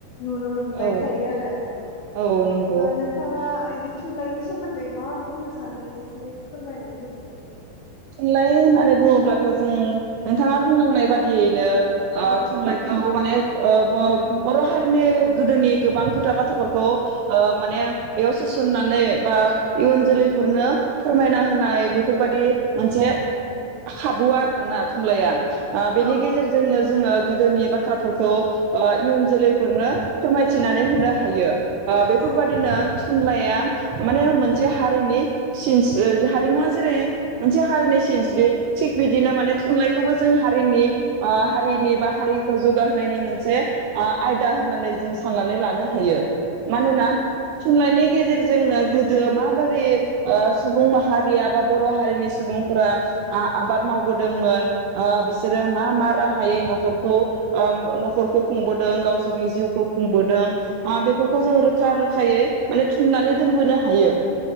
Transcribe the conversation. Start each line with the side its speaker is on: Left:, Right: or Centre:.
Left: नुनो मोनबाय
Right: औ
Left: थायो आरो ओ
Right: औ नंगौ
Left: नोंथाङा बि थुनलाइनि सोमोन्दै मा बुंनो सानो एसे फोरमायनानै होदो दे?
Right: थुनलाइ होननानै बुङोब्लाथ' जों नोंथाङा बुंलांनाय बादियैनो ओ
Left: औ
Right: थुनलाइखौ माने ओ बर--' थारैनो गोदोनि गोबां खोथा बाथ्राफोरखौ ओ माने बेयाव सोसननानै बा इउन जोलै फोरनो फोरमायना होनाय बेफोरबायदि मोनसे खाबु आरोना थुनलाइआ बेनि
Left: औ
Right: गेजेरजोंनो जोङो गोदोनि बाथ्राफोरखौ इयुन जोलैफोरनो फोरमायथिनानै होनो हायो बेफोरबादिनों
Left: औ
Right: थुनलइआ माने मोनसे हारिनि सिन हारिमुवा जेरै मोनसे हारिनि सिनस्रि थिग बिदिनो माने थुनलाइ खौबो जों हारिनि हारिनि बा हारिखौ जौगाहोनायनि मोनसे आयदा होननानै जों साननानै लानो हायो। मानोना
Left: औ
Right: थुनलाइनि गेजेरजोंनो माबोरै ओ- सुबुं माहारिया बा बर' हारि नि सुबुंफोरा ओ-आबाद मावबोदोंमोन ओ-बिसोरो मा मा राहायै न'खरखौ ओम न'खरखौ खुंबोदों गावसोरनि जिउखौ खुंबोदों। बेफोरखौ
Left: औ
Right: जों रोखा रोखायै। माने थुननानै दोनबोनो हायो।